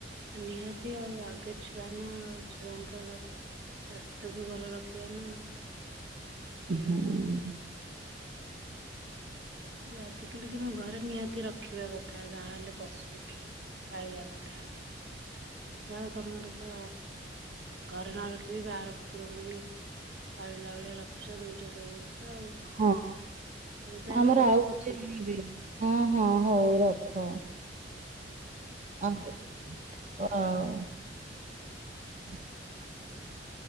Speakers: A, on the right (about 75°); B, on the right (about 40°).
A: ନିହାତି ଆଉ ଆଗେ ଛୁ ସାନ ଛୁଆଙ୍କର ସ୍ୱାସ୍ଥ୍ୟକୁ ଭଲ ରଖିବା ନା ଆଉ। <inaudible>
B: <unintelligible>
A: ହୁଁ। ଆଜି କାଲି କି ନୁଁ ଘରେ ନିହାତି ରଖିବା କଥା ଯାହା ହେଲେ ପଶୁ ପକ୍ଷୀ ପାଳିବା କଥା। ଯାହା ହୋଉ ତମର ତ ଘରେ ନ ରଖିବି ବାହାର କୁକୁରଙ୍କୁ ବି ପାଳିଲା ଭଳିଆ ରଖୁଛ ଦଉଛ ସବୁ ଜିନିଷ। ଆଉ।
B: ହଁ
A: ହଉ ତାହେଲେ
B: ଆମର
A: ରଖୁଛି।
B: ଆଉ ଗୋଟେ ଆଣିବେ। ହଁ ହଁ ହଉ ରଖ। ଆ ହୋ ହ। <unintelligible>